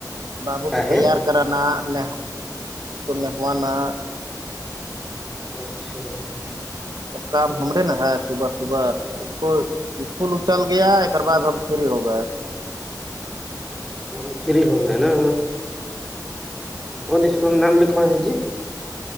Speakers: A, on the right; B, in the centre.
A: بابو
B: کا
A: کے
B: ہے
A: تیار کرانا اس کو نہوانا
B: اچھا
A: سب کام ہمارے نا ہے صبح صبح اس کو اسکول اچل گیا ایکر بع ہم فری ہو گئے
B: افری ہو گائے نا کون اسکول میں نام لکھو ہے جی